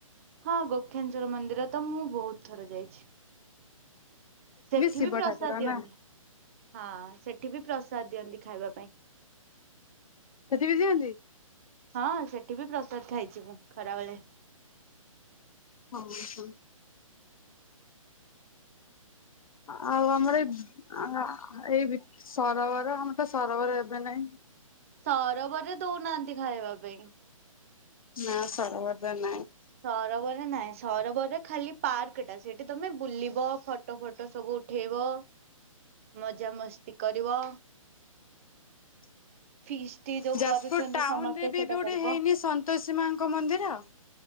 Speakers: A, on the right; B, on the left.
A: ହଁ ଗୋକ୍ଷେନସ୍ୱର ମନ୍ଦିର ତ ମୁଁ ବହୁତ ଥର ଯାଇଛି। ସେଠି
B: ଶିବ
A: ବି ପ୍ରସାଦ
B: ଠାକୁର
A: ଦିଅନ୍ତି,
B: ନା
A: ହଁ ସେଠି ବି ପ୍ରସାଦ ଦିଅନ୍ତି ଖାଇବା ପାଇଁ।
B: ସେଠି ବି ଦିଅନ୍ତି?
A: ହଁ ସେଠି ବି ପ୍ରସାଦ ଖାଇଛି ମୁଁ ଖରାବେଳେ।
B: ଓ ହଁ ଅ ଆଉ ଆମର ଯ ଆ ଏଇ ବି ସରୋବର ଆମର ତ ସରୋବର ଏବେ ନାଇଁ।
A: ସରୋବରରେ ଦୋଉନାହାନ୍ତି ଖାଇବା ପାଇଁ।
B: ନା ସରବରରେ ନାଇଁ।
A: ସରୋବର ରେ ନାଇଁ, ସରୋବର ରେ ଖାଲି ପାର୍କ ଟା ସେଠି ତମେ ବୁଲିବ ଫଟ ଟ ଫଟ ସବୁ ଉଠେଇବ ମଜା ମସ୍ତି କରିବ।
B: <inaudible>
A: ଫିଷ୍ଟି ଯୋଉ
B: ଯାଜପୁର
A: କରୁଛନ୍ତି
B: ଟାଉନ
A: ସମସ୍ତେ
B: ରେ ବି
A: ସେଇଟା
B: ଏବେ ଗୋଟେ
A: କରିବ
B: ହେଇନି ସନ୍ତୋଷୀ ମାଙ୍କ ମନ୍ଦିର?